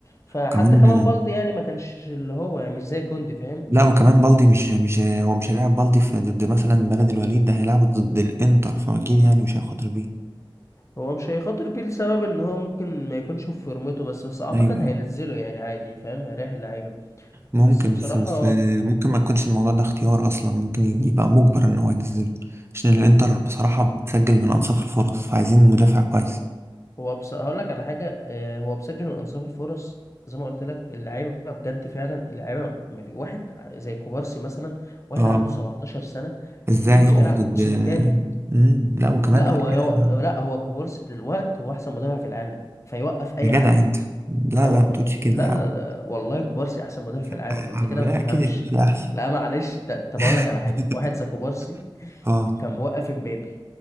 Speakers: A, on the left; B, on the right.
A: فحتى
B: كمان
A: كمان بالدي يعني ما كانش اللي هو يعني مش زي كوندي فاهم
B: لا وكمان بالدي مش مش هو مش هيلعب بالدي في ضد مثلا بلد الوليد ده هيلعبه ضد الانتر فاكيد يعني مش هيخاطر بيه
A: هو مش هيخاطر بيه لسبب ان هو ممكن ما يكونش في فورمته بس بس اعتقد
B: ايوه ايوه
A: هينزله يعني عادي فاهم هيريح اللعيبه
B: ممكن
A: بس بصراحه
B: بس بس ممكن ما يكونش الموضوع ده اختيار اصلا ممكن يبقى مجبر ان هو ينزله عشان الانتر بصراحة بتسجل من انصاف الفرص فعايزين مدافع كويس
A: هو بس هقول لك على حاجه آه، هو بسجل من انصاف الفرص زي ما قلت لك اللعيبه بجد فعلا اللعيبه ما في واحد زي كوبارسي مثلا واحد
B: اه
A: عنده 17 سنه
B: ازاي
A: اكيد مش
B: يقف
A: هيلعب
B: ضد
A: موسم كامل
B: مم، لا وكمان
A: لا
B: غير
A: هو
B: كده
A: هو- لا هو كوبارسي دلوقتي هو احسن مدافع في العالم فيوقف اي
B: يا جدع
A: حد
B: انت لا
A: أو...
B: لا ما تقولش كده
A: لا
B: يا عم
A: لا لا والله كوبارسي احسن مدافع
B: لا
A: في العالم
B: يا
A: انت
B: عم،
A: كده ما
B: لا
A: بتفهمش
B: اكيد اكيد في احسن
A: لا معلش ده- طب
B: <laughs>
A: اقول لك على حاجه واحد زي كوبارسي
B: اه
A: كان موقف امبابي